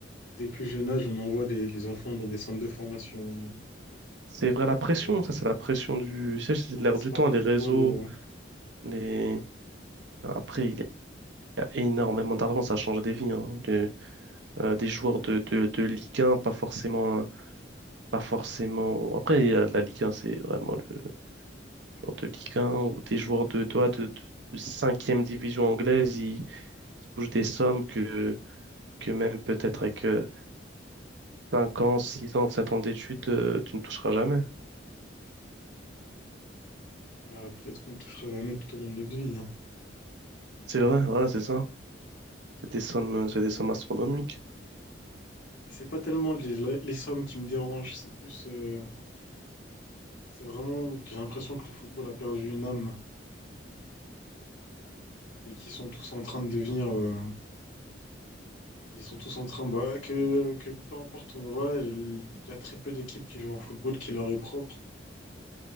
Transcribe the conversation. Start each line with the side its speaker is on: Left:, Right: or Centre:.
Left: dès le plus jeune âge, on envoie les, les enfants dans des centres de formation.
Right: C'est vrai, la pression,
Left: euh,
Right: ça, c'est la pression
Left: on ne
Right: du. Tu sais, c'est l'air
Left: laisse
Right: du
Left: pas
Right: temps,
Left: leur
Right: les
Left: football.
Right: réseaux,
Left: euh,
Right: les. Après, il y a énormément d'argent, ça change des vies. hein. Le- euh, des joueurs de, de, de Ligue 1, pas forcément, euh, pas forcément. Après, il y a de la Ligue 1, c'est vraiment le genre de Ligue 1, ou des joueurs de, de, de, de cinquième division anglaise, ils touchent des sommes que que même peut-être avec euh, 5 ans, 6 ans, 7 ans d'études, euh, tu ne toucheras jamais.
Left: euh, peut-être qu'on ne touchera jamais tout au long de notre vie. hein.
Right: C'est vrai, voilà, c'est ça. C'est des sommes, euh, c'est des sommes astronomiques.
Left: Et c'est pas tellement les, les sommes qui me dérangent, c'est plus, euh, c'est vraiment, que j'ai l'impression que le football a perdu une âme et qu'ils sont tous en train de devenir, euh, qu'ils sont tous en train, bah, que, que peu importe où on va, il y a très peu d'équipes qui jouent en football qui leur est propre.